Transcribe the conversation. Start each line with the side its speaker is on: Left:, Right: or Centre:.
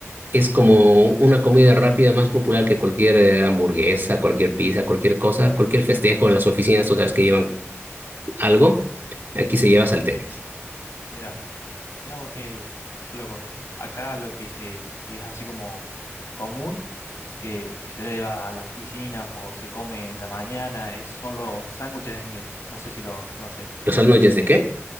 Right: es como una comida rápida más popular que cualquier eh, hamburguesa, cualquier pizza, cualquier cosa, cualquier festejo en las oficinas, tú sabes que llevan algo, aquí se lleva salteñas.
Left: mira, mira vos qué, qué loco. Acá lo que se, que es así como común, que, que se lleva a las oficinas o se come en la mañana, es- son los sándwiches de miga. No sé si los conoces.
Right: ¿Los sándwiches de qué?